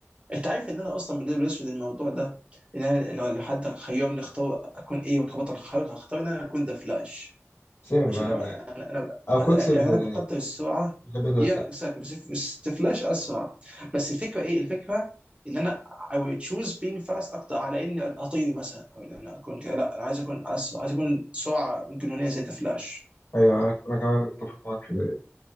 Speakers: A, on the right; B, on the left.
A: انت عارف ان انا اصلا بالنسبه للاسود الموضوع ده ان انا لو لو حد خيرني اختار اكون ايه كبطل خارق هختار ان انا اكون ذا فلاش
B: سيم
A: عشان
B: يعني
A: هو- انا انا
B: أو كويك سيلفر
A: يعني انا بقدر
B: يعني
A: السرعه
B: بحب كويك
A: يا
B: سيلفر
A: اكزاكتلي بس بس ذا فلاش اسرع بس الفكره ايه الفكره ان انا I will choose being fast اكتر على اني اطير مثلا او ان انا اكون كده لا انا عايز اكون اسرع عايز اكون سرعه جنونيه زي ذا فلاش
B: أيوه أنا أنا كمان متفق معاك في ده